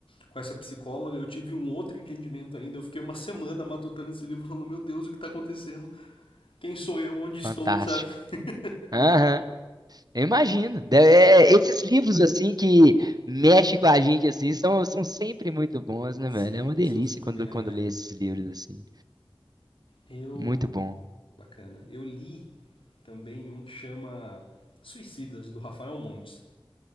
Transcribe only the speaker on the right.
Fantástico.
Aham.
Eu imagino. De- é, esses livros assim que mexem com a gente assim são, são sempre muito bons, né,
velho? É uma delícia
quando,
quando lê esses livros assim.
Muito bom.